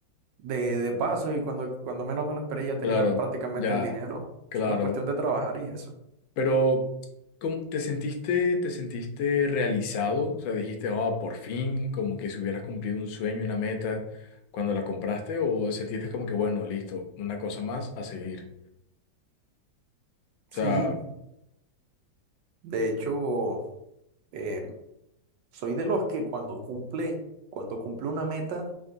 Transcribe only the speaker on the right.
de, de pasos y cuando, cuando menos me lo esperé ya tenía
prácticamente
el dinero.
Solo es cuestión de trabajar y eso.
Sí,
de hecho, eh, Soy de los que cuando cumple, cuando cumple una meta,